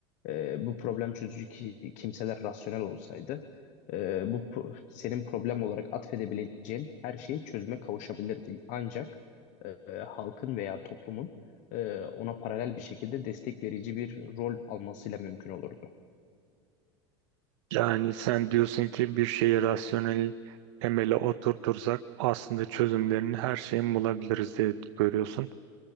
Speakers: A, on the left; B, on the right.
A: e, bu problem çözücü ki- kimseler rasyonel olsaydı, e, bu pro- senin problem olarak atfedebileceğin her şeyi çözüme kavuşabilirdi. Ancak e, halkın veya toplumun e, ona paralel bir şekilde destek verici bir rol almasıyla mümkün olurdu.
B: Yani sen diyorsun ki bir şeyi rasyonel temele oturtursak aslında çözümlerini her şeyin bulabiliriz diye görüyorsun.